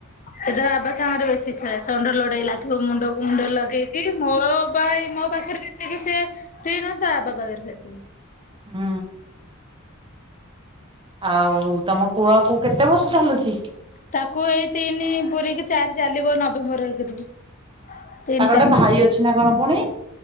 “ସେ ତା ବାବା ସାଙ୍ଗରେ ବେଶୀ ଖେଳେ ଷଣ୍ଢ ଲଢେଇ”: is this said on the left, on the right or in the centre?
Left